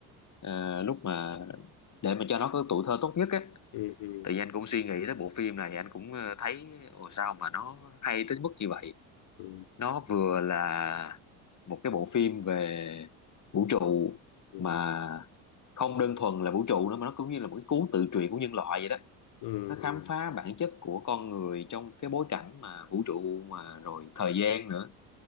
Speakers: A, on the left (about 40°); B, on the left (about 65°).
A: ờ, lúc mà để mà cho nó có tuổi thơ tốt nhất á
B: ừ ừ
A: tự nhiên anh cũng suy nghĩ tới bộ phim này anh cũng ờ, thấy ồ sao mà nó hay tới mức như vậy
B: ừ
A: nó vừa là một cái bộ phim về vũ trụ
B: ừ
A: mà không đơn thuần là vũ trụ nữa mà nó cũng như là một cái cuốn tự truyện của nhân loại vậy đó
B: ừ
A: nó khám
B: ừ
A: phá bản chất của con người trong cái bối cảnh mà vũ trụ mà rồi thời gian nữa